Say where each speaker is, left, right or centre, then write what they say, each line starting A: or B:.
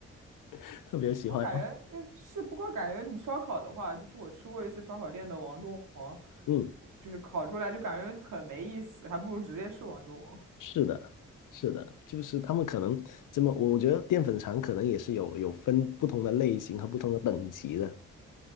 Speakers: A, on the left; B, on the right.
A: <laughs> 特别喜欢。
B: 我感觉，诶，是，不过感觉你烧烤的话，就是我吃过一次烧烤店的王中王，
A: 嗯，
B: 就是烤出来就感觉很没意思，还不如直接吃王中王。
A: 是的，是的，就是他们可能这么，我觉得淀粉肠可能也是有有分不同的类型和不同的等级的，